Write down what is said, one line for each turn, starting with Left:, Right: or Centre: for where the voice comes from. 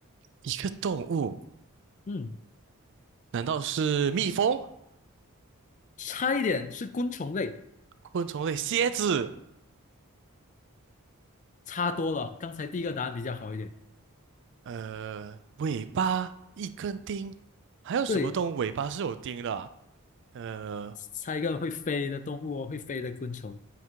Right: 一个动物，
Left: 嗯，
Right: 难道是蜜蜂？
Left: 差一点是昆虫类，
Right: 昆虫类，蝎子，
Left: 差多了。刚才第一个答案比较好一点。
Right: 呃，尾巴一根钉，还有什么动物尾巴是有钉的啊
Left: 对，
Right: 呃，
Left: 猜一个会飞的动物哦，会飞的昆虫。